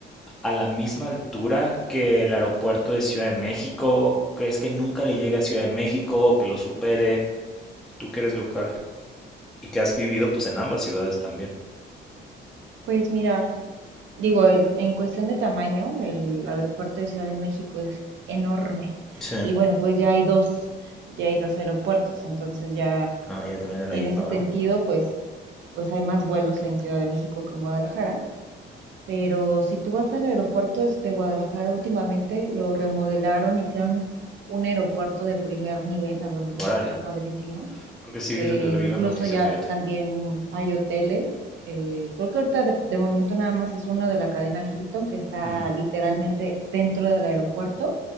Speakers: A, in the centre; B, on the right.
A: a la misma altura que el aeropuerto de Ciudad de México? ¿Crees que nunca le llegue a Ciudad de México o que lo supere? Tú que eres local y que has vivido pues en ambas ciudades también.
B: pues mira, digo, el, en cuestión de tamaño, el aeropuerto de Ciudad de México es enorme.
A: Sí,
B: Y bueno, pues ya hay dos, ya hay dos aeropuertos, entonces ya
A: ah, ya también en
B: en
A: la IFA,
B: ese
A: ¿verdad?
B: sentido, pues, pues hay más vuelos en Ciudad de México que en Guadalajara. Pero si tú vas al aeropuerto es- de Guadalajara últimamente, lo remodelaron, hicieron un aeropuerto de primer nivel, la verdad es
A: Órale,
B: que está padrísimo.
A: creo que sí
B: Eh,
A: vi- lo vi
B: incluso
A: en las noticias,
B: ya
A: fíjate.
B: también hay hoteles. eh, creo que ahorita de, de momento nada más es uno de la cadena Hilton que está
A: Ujú,
B: literalmente dentro del aeropuerto.